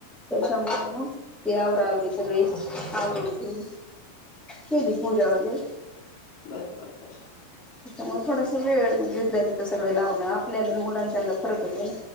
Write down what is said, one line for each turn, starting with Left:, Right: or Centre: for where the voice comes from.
Centre: त्याच्यामुळं म ते आवरवर सगळे आवरून घेऊन केली पूजा वगैरे
Left: बर बर बर.
Centre: त्यामुळे थोडास वळ मग घेतल्यात ते सगळे लावन आप आपल्या मुलांच्याना फरक हे ना.